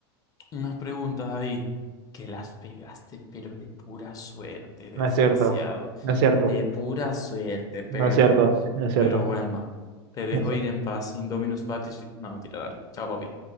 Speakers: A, on the left; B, on the right.
A: unas preguntas ahí que las pegaste, pero de pura suerte, desgraciado,
B: No es cierto, no es cierto,
A: de pura suerte, perro.
B: no es cierto, no es cierto,
A: Pero bueno, te dejo
B: no es cierto.
A: ir en paz, Indominus Patis, fi- no, mentira, dale, chao, papi.